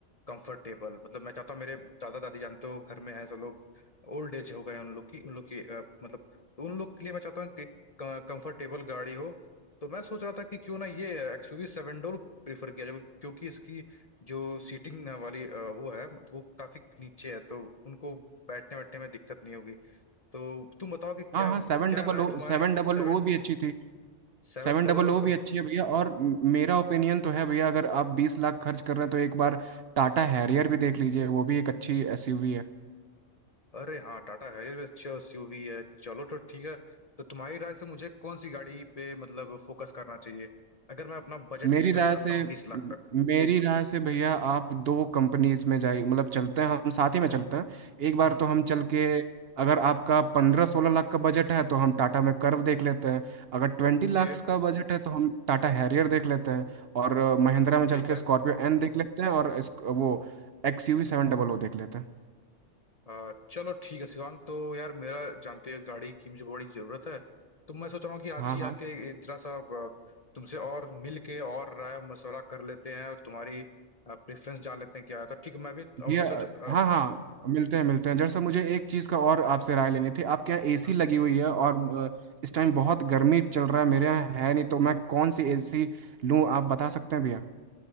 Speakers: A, on the left; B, on the right.
A: कंफर्टेबल मतलब मैं चाहता हूँ मेरे दादा दादी जानते हो घर में है सब लोग ओल्ड एज हो गए हैं उन लोग की उन लोग की अ, मतलब तो उन लोग के लिए मैं चाहता हूँ कि कंफर्टेबल गाड़ी हो तो मैं सोच रहा था कि क्यों ना ये एक्सयूवी seven door prefer किया जाए क्योंकि इसकी जो सीटिंग वाली अ, वो है वो काफी नीचे है तो उनको बैठने बैठने में दिक्कत नहीं होगी तो तुम बताओ कि क्या
B: हाँ हाँ सेवन
A: क्या
B: डबल
A: राय
B: ओ
A: तुम्हारी
B: सेवन डबल
A: Seven
B: ओ भी अच्छी थी
A: seven
B: सेवन
A: double
B: डबल ओ
A: O
B: भी अच्छी है भैया और म- मेरा ओपिनियन तो है भैया अगर आप बीस लाख खर्च कर रहे हैं तो एक बार टाटा हैरियर भी देख लीजिए वो भी एक अच्छी एसयूवी है
A: अरे हाँ टाटा हैरियर भी अच्छा एसयूवी है चलो तो ठीक है तो तुम्हारी राय से मुझे कौन सी गाड़ी पे मतलब फोकस करना चाहिए अगर मैं अपना बजट
B: मेरी
A: इस
B: राय
A: टच करता
B: से
A: हूँ बीस लाख तक
B: मेरी राय से भैया आप दो कंपनीज में जाइए मतलब चलते हैं हम साथ ही में चलते हैं एक बार
A: हम्म
B: तो हम चल के अगर आपका पंद्रह सोलह लाख का बजट है तो हम टाटा में कर्व देख लेते हैं अगर ट्वेंटी
A: ओके
B: लाख का बजट है तो हम टाटा हैरियर देख लेते हैं और अ, महिंद्रा में चल
A: ठीक
B: के
A: है
B: स्कॉर्पियो एन देख लेते हैं और इस, वो एक्स यू वी सेवन डबल ओ देख लेते हैं
A: अ, चलो ठीक है शिवांग तो यार मेरा जानते हो गाड़ी की मुझे बड़ी जरूरत है तो मैं सोच रहा हूँ कि आज
B: हाँ
A: ही
B: हाँ
A: आके ये जरा सा अ, तुमसे और मिल के और राय मशवरा कर लेते हैं और तुम्हारी प्रेफरेंस जान लेते हैं क्या है तो ठीक है मैं भी अ,
B: भैया
A: चल चल
B: हाँ हाँ मिलते हैं मिलते हैं जरा सा मुझे एक चीज़ का और आपसे राय लेनी थी आपके यहाँ एसी
A: हाँ
B: लगी हुई है और अ, इस टाइम बहुत गर्मी चल रहा है मेरे यहाँ है नहीं तो मैं कौन सी एसी लूँ आप बता सकते हैं भैया